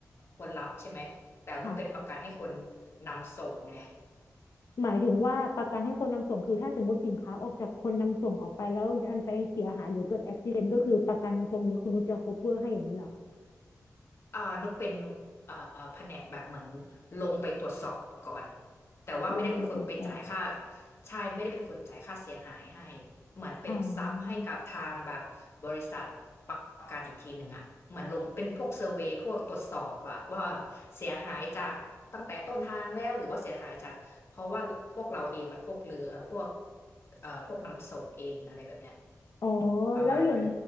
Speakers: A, on the left; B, on the left.
A: คนรับใช่ไหมแต่มันเป็นประกันให้คน
B: ค่ะ
A: นำส่งไง
B: หมายถึงว่าประกันให้คนนำส่งคือถ้าสมมติสินค้าออกจากคนนำส่งออกไปแล้วอันไปเสียหายหรือเกิดอุบัติเหตุก็คือประกันตรงนี้คุณนุชจะ cover ให้อย่างนี้เหรอคะ
A: อ่านุชเป็นเอ่อแผนกแบบเหมือนลงไปตรวจสอบก่อนแต่ว่าไม่ได้เป็นคนไปจ่ายค่า
B: ลงไปตรวจสอบ
A: ใช่ไม่ได้เป็นคนจ่ายค่าเสียหายให้เหมือนเป็นซับให้กับทางแบบบริษัทประกันอีกทีหนึ่งอะเหมือนลงเป็นพวกเซอร์เวย์พวกตรวจสอบแบบว่า
B: อ๋อ
A: เสียหายจากตั้งแต่ต้นทางแล้วหรือว่าเสียหายจากเพราะว่าพวกเราเองแบบพวกเรือพวกเอ่อพวกนำส่งเองอะไรแบบเนี้ย
B: อ๋อ
A: ประมาณนั้น
B: แล้วอย่าง